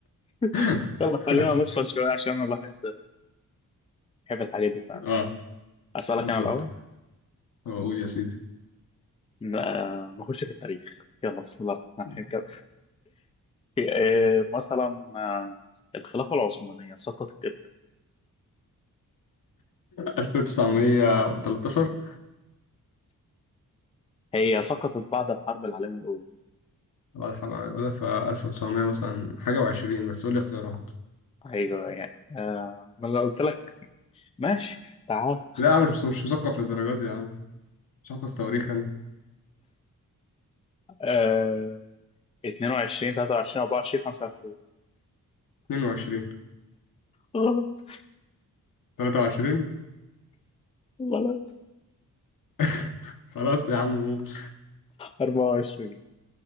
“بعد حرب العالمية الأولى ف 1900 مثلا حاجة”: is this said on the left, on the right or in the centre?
Left